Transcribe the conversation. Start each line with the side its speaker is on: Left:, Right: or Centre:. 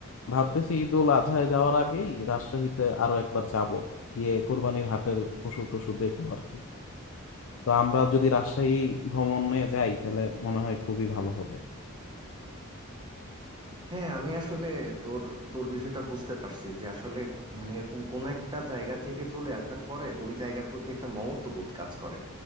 Left: ভাবতেছি ঈদ উল আজহায় যাওয়ার আগেই রাজশাহীতে আরো একবার যাব গিয়ে কোরবানির হাটের পশু টশু দেখবো আর কি তো আমরা যদি রাজশাহী ভ্রমণে যাই তাহলে মনে হয় খুবই ভালো হবে
Right: হ্যাঁ আমি আসলে তোর তোর বিষয়টা বুঝতে পারছি যে আসলে মানে এরকম কোন একটা জায়গা থেকে চলে আসার পরে ওই জায়গার প্রতি একটা মমত্ববোধ কাজ করে